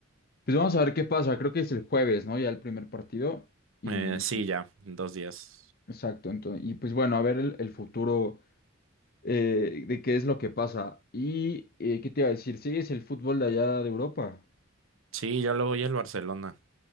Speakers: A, on the left; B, on the right.
A: pues vamos a ver qué pasa. Creo que es el jueves, ¿no? Ya el primer partido. Y,
B: eh, sí, ya, en dos días.
A: exacto, entonces, y pues bueno, a ver el, el futuro eh, de qué es lo que pasa. Y, eh, ¿qué te iba a decir? ¿Sigues el fútbol de allá de Europa?
B: Sí, yo le voy al Barcelona.